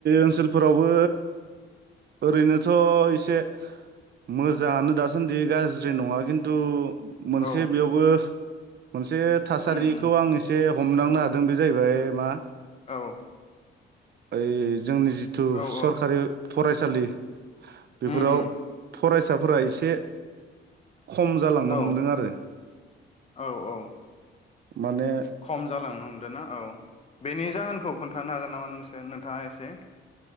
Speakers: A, on the right; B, on the left.
A: ओनसोलफोरावबो ओरैनोथ एसे मोजाङानो दासान्दि गाज्रि नङा खिन्थु। मोनसे
B: औ
A: बेयावबो। मोनसे थासारिखौ
B: उम उम
A: आं एसे। हमदांनो हादों बे जाहैबाय मा।
B: औ।
A: ओइ। जोंनि जिथु
B: औ
A: सरखारि फरायसालि
B: उम
A: बेफोराव।
B: उम
A: फरायसाफोरा एसे। खम जालांनो
B: औ
A: हमदों आरो।
B: औ औ
A: माने
B: खम जालांनो हमदों ना औ बे। नि जाहोनखौ खोन्थानो हागोन नामा? <unintelligible> नोंथाङा एसे।